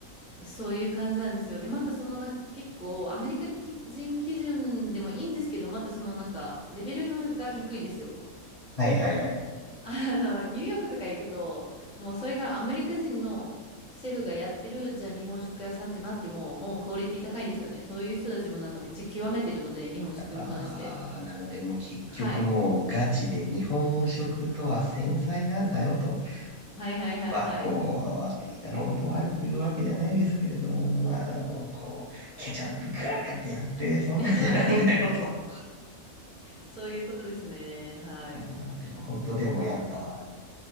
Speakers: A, in the centre; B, on the left.
A: そういう感じなんですよ。で、またそのなんか結構アメリカ人基準でもいいんですけど、またそのなんかレベルのが低いんですよ。
B: はいはいはい。
A: あの、ニューヨークとか行くと、もうそれがアメリカ人のシェフがやってる、じゃあ日本食屋さんってなっても、もうクオリティ高いんですよね。そういう人たちもなんかめっちゃ極めてるので、日本食に関して。
B: ああ、なのでもう結局もうガチで日本食とは繊細なんだよと。
A: はい。はいはいはいはい。
B: まあこう、アメリカのことを悪く言うわけじゃないですけれども、まあもうこう、ケチャップガーってやって、そんなんじゃないんだよと。
A: <laughs> そういうことですね。はい。
B: あーでも本当でもやっぱ、